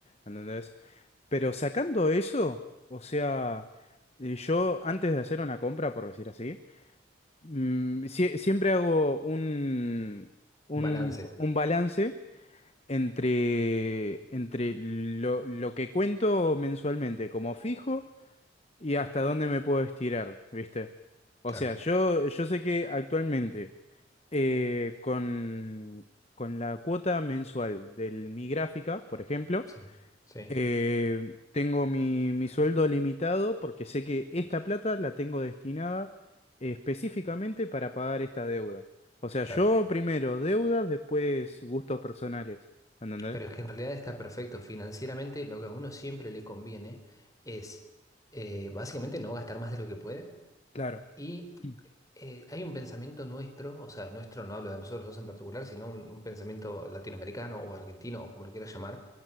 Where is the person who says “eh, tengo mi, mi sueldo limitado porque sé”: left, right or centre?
Left